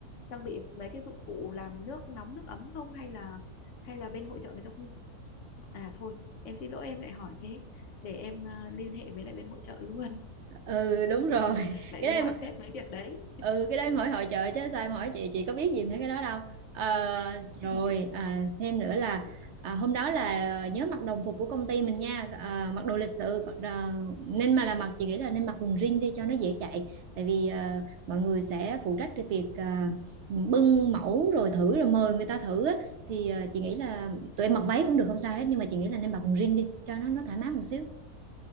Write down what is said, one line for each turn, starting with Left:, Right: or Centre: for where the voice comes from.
Left: trang bị mấy cái dụng cụ làm nước nóng nước ấm không hay là hay là bên hội chợ người ta cũng à thôi em xin lỗi em lại hỏi thế để em ờ, liên hệ với lại bên hội chợ luôn
Right: ừ đúng rồi
Left: <laughs>
Right: <laughs>
Left: lại
Right: cái
Left: đi
Right: đó
Left: hỏi
Right: em
Left: sếp mấy việc đấy
Right: ừ cái đó em hỏi hội chợ chứ sao em hỏi chị chị có biết gì về cái đó đâu Ờ, rồi
Left: <laughs>
Right: à, thêm nữa là
Left: Ừ,
Right: à, hôm đó là nhớ mặc đồng phục của công ty mình nha à, mặc đồ lịch sự ờ, nên mà là mặc chị nghĩ là nên mặc quần jean đi cho nó dễ chạy tại vì ờ, mọi người sẽ phụ trách cái việc ờ, bưng mẫu rồi thử rồi mời người ta thử á. thì ờ, chị nghĩ là tụi em mặc váy cũng được không sao hết nhưng mà chị nghĩ là nên mặc quần jean đi cho nó nó thoải mái một xíu